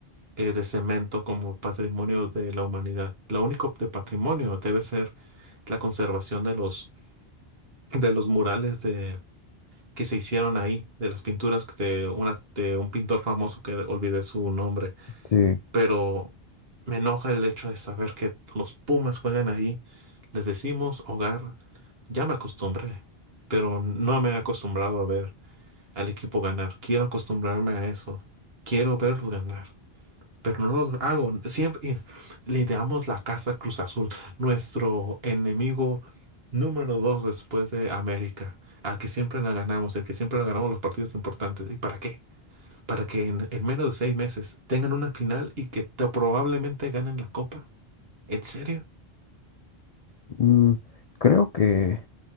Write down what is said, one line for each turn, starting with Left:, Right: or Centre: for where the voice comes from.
Right: eh, de cemento como patrimonio de la humanidad. Lo único de patrimonio debe ser la conservación de los, de los murales de, que se hicieron ahí, de las pinturas de, una, de un pintor famoso que olvidé su nombre
Left: Sí,
Right: pero me enoja el hecho de saber que los Pumas juegan ahí. Les decimos hogar, ya me acostumbré, pero no me he acostumbrado a ver al equipo ganar. Quiero acostumbrarme a eso. Quiero verlos ganar, pero no lo hago. Siempre y- le damos la casa a Cruz Azul, nuestro enemigo número dos después de América, al que siempre la ganamos, el que siempre la ganamos los partidos importantes. ¿Y para qué? para que en, en menos de seis meses tengan una final y que te- probablemente ganen la copa. ¿En serio?
Left: mm, creo que